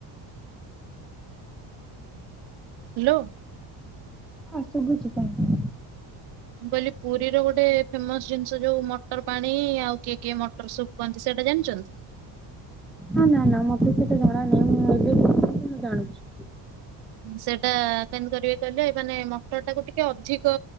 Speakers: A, on the right; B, in the centre.
A: ହାଲୋ।
B: ହଁ ଶୁଭୁଚି। <unintelligible>
A: ମୁଁ କହିଲି ପୁରୀର ଗୋଟେ ଫେମସ୍ ଜିନିଷ ଯୋଉ ମଟର ପାଣି ଆଉ କିଏ କିଏ ମଟର ସୁପ୍ କୁହନ୍ତି ସେଟା ଜାଣିଚନ୍ତ?
B: ହା ନା ନା ମୋତେ ସେତା ଜଣା ନାହିଁ <unintelligible> ମୁଁ ଜାଣୁଛି।
A: ସେଇଟା କେମତି କରିବେ କହିଲେ ମାନେ ମଟର ଟାକୁ ଟିକେ ଅଧିକ